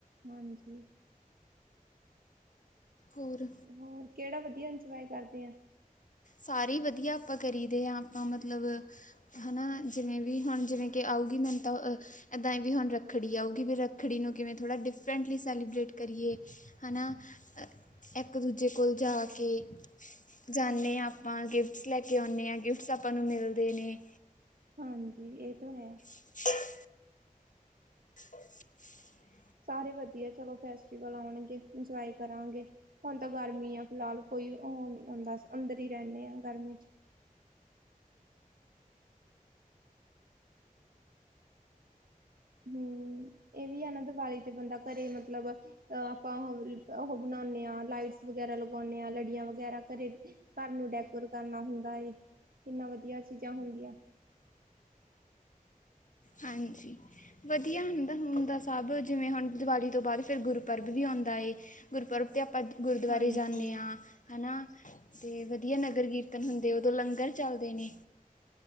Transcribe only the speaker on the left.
ਹੋਰ?
ਸਾਰੇ ਹੀ ਵਧੀਆ ਆਪਾਂ ਕਰੀਦੇ ਹਾਂ ਆਪਾਂ ਮਤਲਬ ਹਨਾ ਜਿਵੇਂ ਵੀ ਹੁਣ ਜਿਵੇਂ ਕਿ ਆਊਗੀ ਮੈਨੂੰ ਤਾਂ ਅ ਏਦਾਂ ਹੀ ਵੀ ਹੁਣ ਰ ਰੱਖੜੀ ਆਊਗੀ ਵੀ ਰੱਖੜੀ ਨੂੰ ਕਿਵੇਂ ਥੋੜ੍ਹਾ ਡਿਫਰੈਂਟਲੀ ਸੈਲੀਬਰੇੇਟ ਕਰੀਏ ਹੈ ਨਾ ਇੱਕ ਦੂਜੇ ਕੋਲ ਜਾ ਕੇ, ਜਾਂਨੇ ਹਾਂ ਆਪਾਂ ਗਿਫਟਸ ਲੈ ਕੇ ਆਉਂਨੇ ਹਾਂ ਗਿਫਟਸ ਆਪਾਂ ਨੂੰ ਮਿਲਦੇ ਨੇ
<inaudible> <inaudible>
ਹਾਂਜੀ। ਵਧੀਆ ਹੁੰਦਾ, ਹੁੰਦਾ ਸਭ ਜਿਵੇਂ ਹੁਣ ਦੀਵਾਲੀ ਤੋਂ ਬਾਅਦ ਫੇਰ ਗੁਰਪਰਬ ਵੀ ਆਉਂਦਾ ਏ ਗੁਰਪਰਬ ਤੇ ਆਪਾਂ ਗੁਰਦੁਆਰੇ
ਜਾਂਨੇ ਆਂ, ਹੈ ਨਾ। ਤੇ ਵਧੀਆ ਨਗਰ ਕੀਰਤਨ ਹੁੰਦੇ, ਉਦੋਂ ਲੰਗਰ ਚੱਲਦੇ ਨੇ।